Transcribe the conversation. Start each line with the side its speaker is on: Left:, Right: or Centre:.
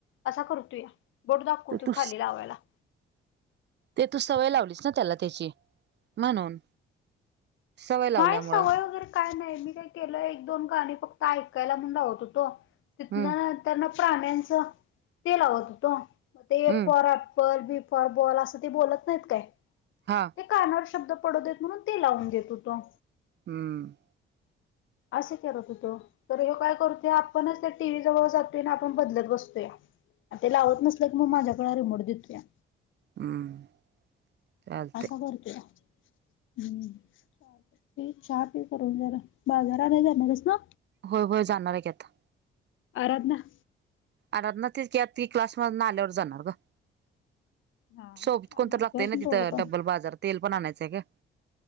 Left: असा करतूया बोट दाखवतू
Right: तर तू
Left: खाली लावायला
Right: ते, तू सवय लावलीस ना, त्याला त्याची, म्हणून सवय लावल्यामुळं
Left: नाही सवय वगैरे काय नाही, मी काय केलय, एक- दोन गाणी, फक्त ऐकायला म्हणून लावत होतो तिथंन,
Right: हम्म
Left: त्यानं प्राण्यांच, ते लावत होतो म, ते, ऐ
Right: hmm
Left: for apple, B for ball, असं ते बोलत नाहीत काय?
Right: हा
Left: ते कानावर शब्द पडू देत, म्हणून ते लावून देत होतो.
Right: हम्म
Left: असे करत होतो तर ह्यो काय करतोय, आपणच त्या टीव्हीजवळ जातोय आणि आपण बदलत बसतोया. ते लावत नसलं की मग माझ्याकडे रिमोट देतूया.
Right: हम्म चालतंय
Left: असं करतुया हम्म. पी चहा पी करून जरा. बाजार आणाय जाणार हायस ना?
Right: होय होय जाणार आहे की आता.
Left: आराधना
Right: आराधना तेच की ती क्लासमधनं आल्यावर जाणार ग.
Left: हा
Right: सोबत कोणतर
Left: आले नाहीत
Right: लागतंय
Left: व्हय
Right: ना तिथं
Left: दोघं पण
Right: डब्बल बाजार तेल पण आणायचंय गं.